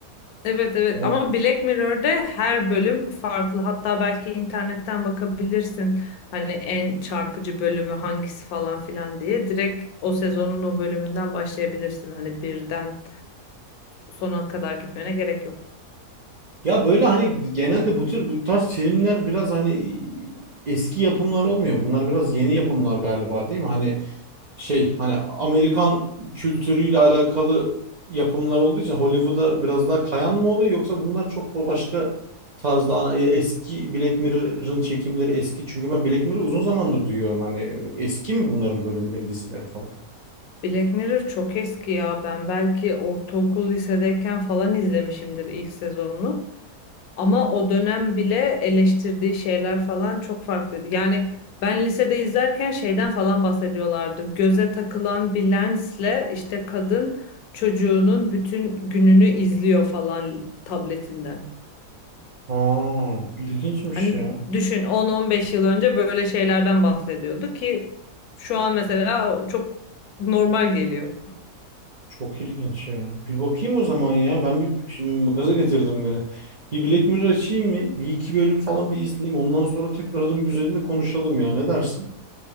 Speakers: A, on the left; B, on the right.
A: Evet evet
B: O,
A: ama Black Mirror'de her bölüm farklı. Hatta belki internetten bakabilirsin. Hani en çarpıcı bölümü hangisi falan filan diye. Direkt o sezonun o bölümünden başlayabilirsin. Hani birden sona kadar gitmene gerek yok.
B: Ya böyle hani genelde bu tür bu tarz filmler biraz hani eski yapımlar olmuyor. Bunlar biraz yeni yapımlar galiba değil mi? Hani şey hani Amerikan kültürüyle alakalı yapımlar olduğu için Hollywood'a biraz daha kayan mı oluyor yoksa bunlar çok başka tarzda ana- e, eski Black Mirror'ın çekimleri eski çünkü ben Black Mirror'ı uzun zamandır duyuyorum hani eski mi bunların bölümleri dizileri falan?
A: Black Mirror çok eski ya. Ben belki ortaokul lisedeyken falan izlemişimdir ilk sezonunu. Ama o dönem bile eleştirdiği şeyler falan çok farklıydı. Yani ben lisede izlerken şeyden falan bahsediyorlardı. Göze takılan bir lensle işte kadın çocuğunun bütün gününü izliyor falan tabletinden.
B: Aa ilginçmiş
A: Hani
B: ya.
A: düşün 10-15 yıl önce böyle şeylerden bahsediyordu ki şu an mesela çok normal geliyor.
B: Çok ilginç ya. Bir bakayım o zaman ya. Ben bir şimdi gaza getirdim beni. Bir Black Mirror açayım mı? Bir iki bölüm falan bir izleyeyim. Ondan sonra tekrardan bir üzerinde konuşalım ya. Ne dersin?